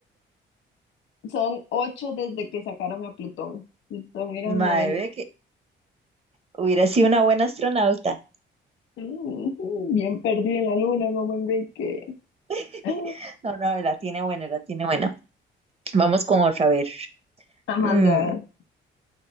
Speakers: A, on the left (about 90°); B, on the right (about 30°).
A: Son ocho desde que sacaron a Plutón. Plutón era
B: Madre,
A: el noveno.
B: ve que hubiera sido una buena astronauta.
A: Mm, Bien perdido en la luna, como Enrique.
B: <laughs>
A: Ah,
B: No, no, la tiene buena, la tiene buena. Vamos con otra, a ver.
A: Amanda,
B: Mm,
A: a ver.